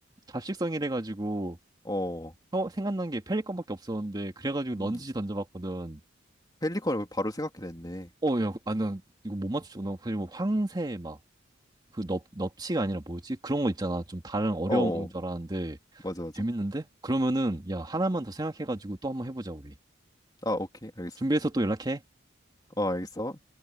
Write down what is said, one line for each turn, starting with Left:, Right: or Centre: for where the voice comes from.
Right: 잡식성이래가지고
Left: 어,
Right: 어, 생각난 게 펠리컨밖에 없었는데 그래가지고
Left: 음,
Right: 넌지시 던져봤거든.
Left: 펠리컨을 바로 생각해냈네.
Right: 어, 야, 아, 난 이거 못 맞추잖아. 그리고 황새 막, 그 넙, 넙치가 아니라 뭐지? 그런 거 있잖아. 좀 다른 어려운
Left: 어,
Right: 건 줄
Left: 어,
Right: 알았는데
Left: 맞아, 맞아.
Right: 재밌는데? 그러면은, 야, 하나만 더 생각해가지고 또 한번 해보자, 우리.
Left: 아, 오케이, 알겠어.
Right: 준비해서 또 연락해.
Left: 어, 알겠어.